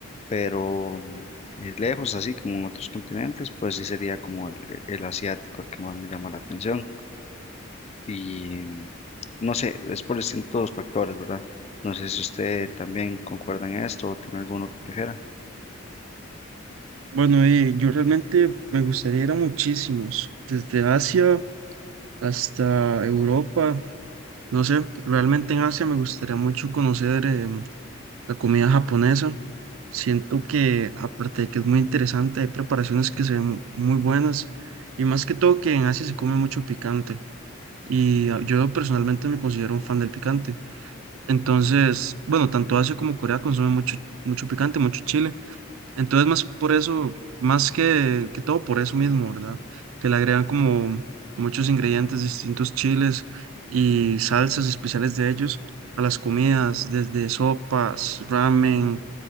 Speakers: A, on the left; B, on the right.
A: pero mm, eh, lejos, así como en otros continentes, pues sí sería como el, el- el asiático el que más me llama la atención. Y mm, no sé, es por distintos factores, ¿verdad? No sé si usted también concuerda en esto o tiene alguno que prefiera.
B: Bueno, eh, yo realmente me gustaría ir a muchísimos, desde Asia hasta Europa, no sé, realmente en Asia me gustaría mucho conocer em, la comida japonesa. Siento que aparte de que es muy interesante, hay preparaciones que se ven muy buenas y más que todo que en Asia se come mucho picante y ah, yo personalmente me considero un fan del picante. Entonces, bueno, tanto Asia como Corea consumen mucho, mucho picante, mucho chile. Entonces, más por eso, más que, que todo por eso mismo, ¿verdad? Que le agregan como muchos ingredientes, distintos chiles y salsas especiales de ellos a las comidas, desde sopas, ramen,